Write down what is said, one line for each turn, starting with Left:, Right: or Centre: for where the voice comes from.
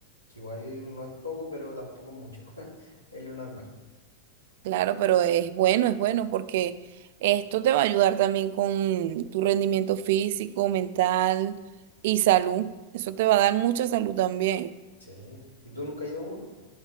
Left: Que igual no es poco, pero tampoco es mucho. <laughs> Es lo normal.
Right: Claro, pero es bueno, es bueno porque esto te va a ayudar también con tu rendimiento físico, mental y salud. Eso te va a dar mucha salud también.
Left: Sí. ¿Y tú nunca has ido a uno?